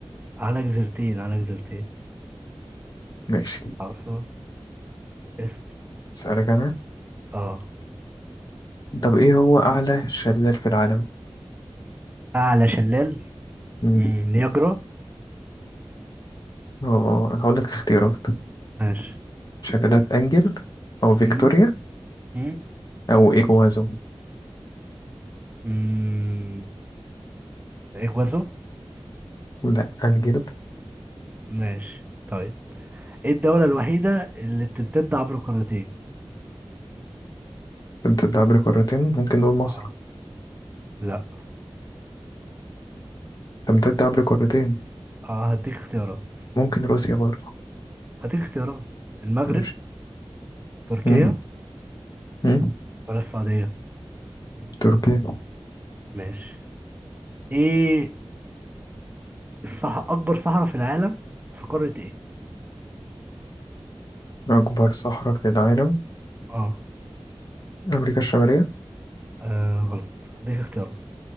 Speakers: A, on the right (about 20°); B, on the left (about 45°).
A: على جزيرتين على جزيرتين
B: ماشي
A: عاصمة اسأل
B: أسألك أنا
A: اه
B: طب إيه هو أعلى شلال في العالم؟
A: اعلى شلال
B: مم.
A: مم. نياجرا
B: أه هقولك اختيارات
A: ماشي
B: شلالات أنجل أو فيكتوريا
A: امم امم
B: أو إيجوازو
A: امم اجوازو
B: لا أنجل
A: ماشي طيب ايه الدولة الوحيدة اللي بتمتد عبر قارتين
B: تمتد عبر قارتين ممكن نقول مصر
A: اه لا
B: تمتد عبر قارتين
A: اه هديك اختيارات
B: ممكن روسيا برضه
A: هديك اختيارات المغرب
B: ماشي
A: تركيا
B: مم. مم.
A: ولا السعودية
B: تركيا
A: ماشي ايه الصح... اكبر صحراء في العالم في قارة ايه
B: أكبر صحراء في العالم
A: اه
B: أمريكا الشمالية
A: آه، غلط هديك اختيارات